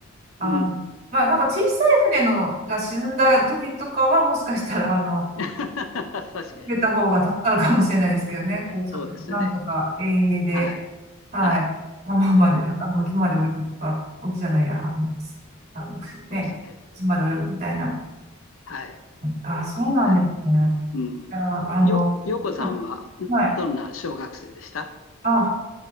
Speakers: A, on the right (about 35°); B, on the left (about 80°).
A: あの、
B: うん。
A: まあ、なんか小さい船のが沈んだ時とかは、もしかしたら、あの、
B: <laughs> 確かにね。
A: 受けた方が助かるかもしれないですけどね。こう、ちょっと、
B: そうですね。
A: なんとか遠泳で、
B: はい。
A: はい。
B: はい。
A: 浜まで、
B: うん。
A: あの、沖まで泳ぐとか、
B: うん。
A: 沖じゃないや、あの、あのね、
B: そうですね。
A: 島まで泳ぐみたいな。
B: はい。
A: あ、そうなんですね。
B: あれ
A: いや、
B: うん。
A: あの、
B: よ、よこさんは、んどんな小学生でした
A: はい。あ、